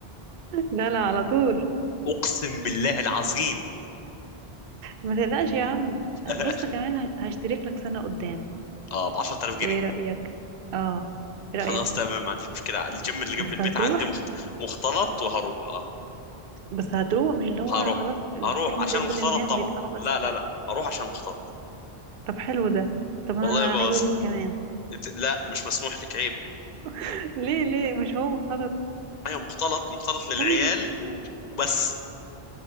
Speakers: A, on the right; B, on the left.
A: لا لا على طول
B: اقسم بالله العظيم
A: ما تقلقش يا عم
B: <laughs>
A: بص كمان ه- هشترك لك سنه قدام
B: اه ب 10000 جنيه
A: ايه رأيك اه ايه
B: خلاص
A: رأيك
B: تمام ما عنديش مشكله الجيم اللي جنب
A: بس
B: البيت
A: هتروح
B: عندي مخت... مختلط وهروح اه
A: بس هتروح مش اللي هو
B: هروح
A: خلاص
B: هروح
A: تعمل
B: عشان
A: زي كل
B: مختلط
A: الناس
B: طبعا
A: بيدفعوا بس
B: لا لا لا هروح عشان مختلط
A: طب حلو ده طب انا
B: والله يا بس
A: عايزة اروح كمان
B: لا مش مسموح لك عيب
A: <laughs> ليه ليه مش هو غلط
B: ايوه مختلط مختلط للعيال
A: طيب
B: و- وبس